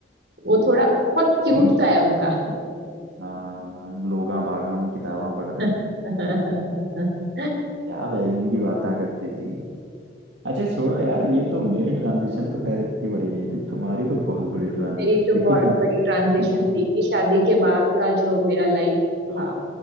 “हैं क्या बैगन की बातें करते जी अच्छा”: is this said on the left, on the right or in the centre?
Right